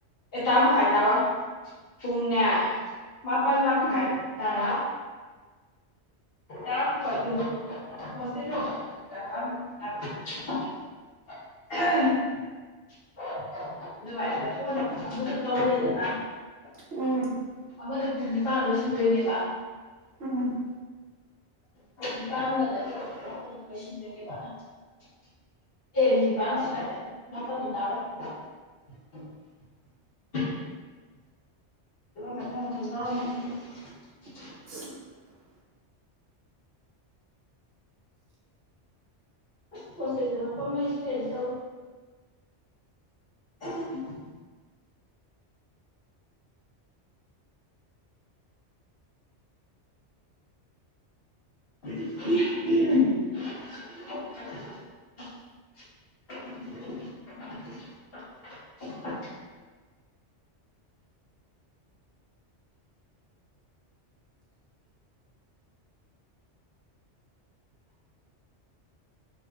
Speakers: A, on the left (about 55°); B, on the right (about 60°).
A: ꯑꯦ ꯇꯔꯥꯃꯈꯥꯏ ꯇꯔꯣꯏ ꯄꯨꯡꯅꯦ ꯃꯥꯄꯜ ꯃꯥꯈꯥꯏ
B: ꯎꯝ
A: ꯇꯔꯥ <unintelligible> <unintelligible> <unintelligible>
B: ꯎꯝ
A: ꯃꯅꯤꯄꯨꯔꯅꯤ ꯄꯥ ꯂꯣꯏ ꯁꯤꯟꯗꯣꯏꯅꯦꯕ
B: ꯎꯝ
A: ꯅꯤꯄꯥꯝꯗꯗꯤ ꯂꯟꯗꯣꯏ ꯅꯤꯄꯥꯥꯟꯗ <unintelligible> ꯃꯊꯪ ꯃꯊ ꯇꯧꯔ <unintelligible>
B: <unintelligible>
A: ꯁ ꯂꯩꯗ <unintelligible> ꯎ <unintelligible>